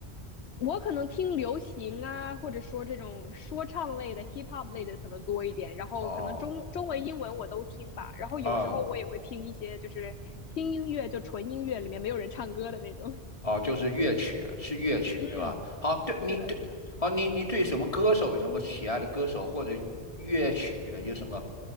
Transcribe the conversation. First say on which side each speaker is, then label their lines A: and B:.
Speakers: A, on the left (about 80°); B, on the left (about 30°).
A: 我可能听流行啊，或者说这种说唱类的、hip hop 类的可能多一点，然后可能中中文、
B: 哦
A: 英文我都听吧，然后有时候我也会听一些就是轻音乐，
B: 嗯。
A: 就纯音乐里面没有人唱歌的那种。
B: 哦，就是乐曲，是乐曲是吧？
A: <laughs> 嗯，
B: 好，对你对，
A: 是的，是的，
B: 好，你你对什么歌手有什么喜爱的歌手或者乐曲有什么